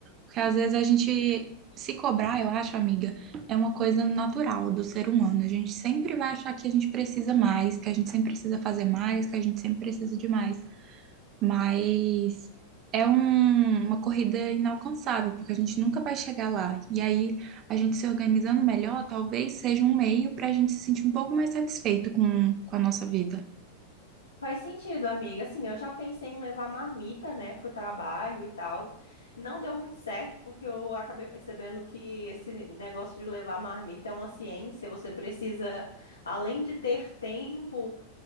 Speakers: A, on the right (about 35°); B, on the left (about 75°).
A: Porque às vezes a gente se cobrar, eu acho, amiga, é uma coisa natural do ser humano. A gente sempre vai achar que a gente precisa mais, que a gente sempre precisa fazer mais, que a gente sempre precisa de mais. Mas é um- uma corrida inalcançável, porque a gente nunca vai chegar lá. E aí, a gente se organizando melhor, talvez seja um meio para a gente se sentir um pouco mais satisfeito com, com a nossa vida.
B: Faz sentido, amiga. Assim, eu já pensei em levar marmita, né, pro trabalho e tal. Não deu muito certo, porque eu acabei percebendo que esse negócio de levar marmita é uma ciência. Você precisa, além de ter tempo,